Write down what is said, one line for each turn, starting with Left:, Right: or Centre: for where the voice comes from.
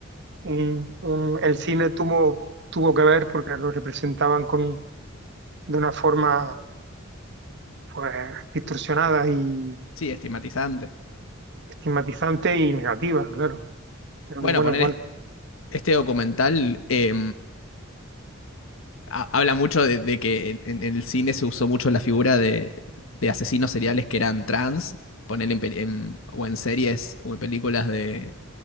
Right: un- un- el cine tuvo, tuvo que ver porque lo representaban con, de una forma, pues, distorsionada y
Left: Sí, estigmatizante.
Right: estigmatizante y negativa, claro. pero
Left: Bueno,
Right: que bueno,
Left: poner...
Right: igual.
Left: Este documental eh, ha- habla mucho de, de que en, en el cine se usó mucho la figura de, de asesinos seriales que eran trans, poner en, peli- en- o en series o en películas de